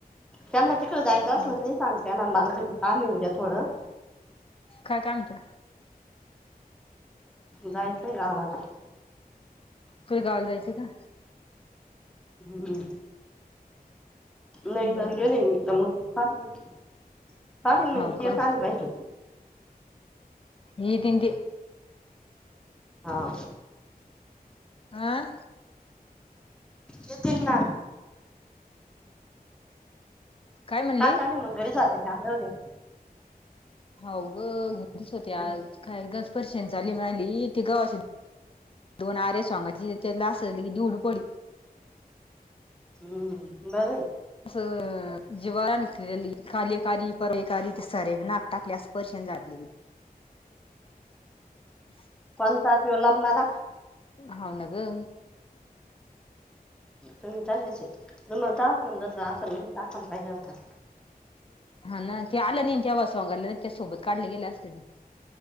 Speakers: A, in the centre; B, on the left (about 35°).
A: त्यांना तिकडं जायचं असलं
B: हा
A: तर नयी सांगत. त्यांना नाल घरी पाणी होऊ द्या थोडं.
B: काय काम होत?
A: जायचयं गावाला.
B: फिर गावाला जायचयं का?
A: हुं लयी
B: बरं
A: घरी गेलीनं मी तर मग पाठ-पाठीण म्हणजे
B: हाव
A: तेच
B: का
A: आले पाहिजे.
B: येतीन ते.
A: हा.
B: आ
A: येतील ना.
B: काय म्हणली
A: हा चालले मंग घरी जाते, आज राहू दे.
B: हाव गं, घरचीच होते
A: घरी.
B: आज काय घ स्पर्शाने झाली मिळाली की गवाशी दोन आरे सोंगाची त्यानला असली <unintelligible>
A: हम्म, बरं ये.
B: असं जिवावर आलतेली, काल एक आली परवा एक आली ते सारे बी नाक टाकले असं परशन जातली <unintelligible>
A: कोणता त्यो <unintelligible>
B: हाव ना ग
A: तुम्ही तशाचे तुम्हाला टाक म्हणलं तर असं लगेच टाकायला पाहिजे होतं.
B: हा ना ते आलं नाही जेव्हा <unintelligible> त्या सोबत काढले गेले असत ते.